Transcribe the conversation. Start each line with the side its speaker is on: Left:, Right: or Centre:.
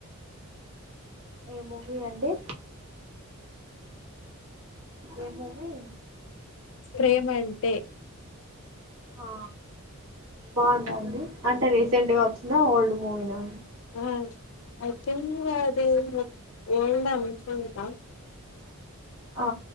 Right: ఏమూవీ అండి ఏ మూవీ
Left: ప్రేమంటే
Right: ఆ బాగుందండి అంటే రీసెంట్గా వచ్చిందా ఓల్డ్ మూవీ నా
Left: ఆ అయిత అదిే మ ఒఓళ్ద అనుకుంటా
Right: ఆ